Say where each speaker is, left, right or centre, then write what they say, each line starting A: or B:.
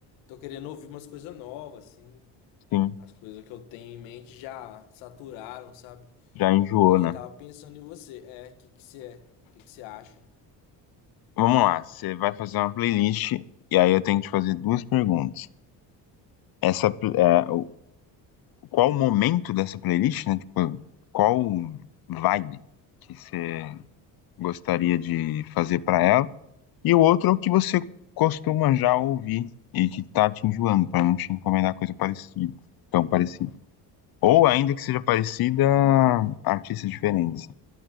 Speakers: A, on the left; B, on the left.
A: tô querendo ouvir umas coisas novas, assim.
B: Sim,
A: As coisas que eu tenho em mente já saturaram, sabe?
B: já enjoou,
A: E aí,
B: né?
A: tava pensando em você. É, o que que você é? O que que você acha?
B: Vamos lá, você vai fazer uma playlist e aí eu tenho que te fazer duas perguntas. Essa, pl- é, o- qual o momento dessa playlist, né? Tipo, qual vibe que você gostaria de fazer pra ela? E o outro é o que você costuma já ouvir e que tá te enjoando, pra não te encomendar coisa parecida, tão parecida. Ou ainda que seja parecida, artistas diferentes. assim.